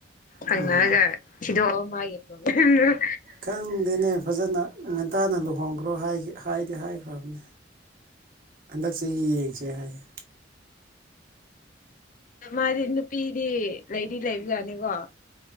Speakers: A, on the left; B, on the right.
A: ꯍꯪꯉꯒ
B: ꯎꯝ
A: ꯊꯤꯗꯣꯛꯑꯣ ꯃꯥꯒꯤ ꯂꯩꯐꯝ
B: ꯈꯪꯗꯦꯅꯦ ꯐꯖꯅ ꯉꯟꯇꯥꯅ ꯂꯨꯍꯣꯡꯈ꯭ꯔꯣ ꯍꯥꯏꯗꯤ ꯍꯥꯏꯈ꯭ꯔꯕꯅꯦ ꯍꯟꯗꯛ ꯆꯍꯤ ꯌꯦꯡꯁꯦ ꯍꯥꯏꯌꯦ
A: ꯃꯥꯗꯤ ꯅꯨꯄꯤꯗꯤ ꯂꯩꯗꯤ ꯂꯩꯕꯖꯅꯤꯀꯣ